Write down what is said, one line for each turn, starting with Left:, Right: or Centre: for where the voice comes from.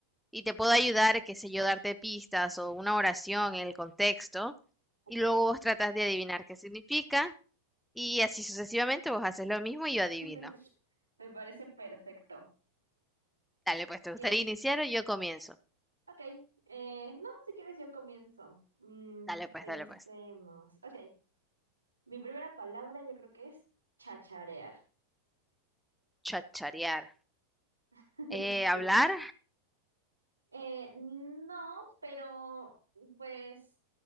Centre: y te puedo ayudar, qué sé yo, darte pistas o una oración en el contexto
Right: Ok,
Centre: y luego vos tratas de adivinar qué significa y así sucesivamente vos haces lo mismo y yo adivino.
Right: <laughs> me parece perfecto.
Centre: Dale, pues, ¿te
Right: ¿Quieres?
Centre: gustaría iniciar o yo comienzo?
Right: Ok, eh, no, si quieres yo comienzo. Mm,
Centre: Dale, pues,
Right: pensemos.
Centre: dale, pues.
Right: Ok, mi primera palabra yo creo que es chacharear.
Centre: Chacharear.
Right: <laughs>
Centre: Eh, hablar
Right: Sí. Eh, no, pero pues